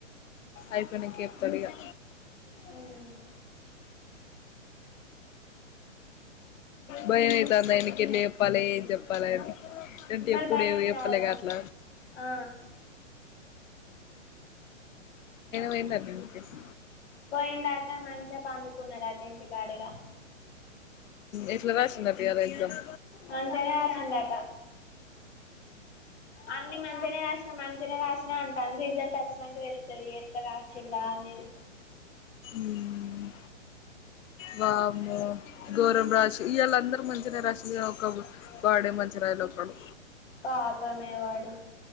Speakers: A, on the left; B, on the left.
A: అయిపోయినంక చెప్తడిగా
B: ఉమ్
A: భయమైతాంది అయినకి ఎట్ల చెప్పాలే ఇది చెప్పాలే అని అంటే
B: మరి
A: ఎప్పుడు
B: భయం
A: ఏం చెప్పలేగా
B: కాదా
A: అట్ల
B: ఆ
A: పోయిండటనా ఇంటికి
B: పోయిండట మంచిగా పండుకున్నడట ఇంటికాడ ఇగ
A: ఎట్లా రాసిందట ఇయాల ఎగ్జామ్
B: మంచిగనే రాశిండట అన్ని మంచిగనే రా మంచిగనే రాసిన అంటాండు రిజల్ట్ వచ్చినంక తెల్తది ఎట్ల రాశిల్ల అనేది
A: ఉమ్ వామ్మో గోరం రాశి ఇయ్యాలా అందరు మంచినే రాశిర్ ఒక్క బు వాడే మంచి రాయలే అను
B: పాపమే వాడు